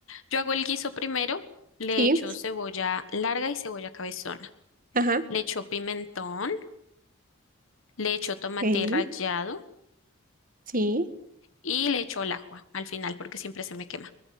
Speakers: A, on the left; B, on the right.
A: Yo hago el guiso primero, le
B: Sí,
A: echo cebolla larga y cebolla cabezona,
B: ajá,
A: le echo pimentón, le echo tomate
B: ok,
A: rallado
B: sí.
A: y le echo el ajo al final porque siempre se me quema.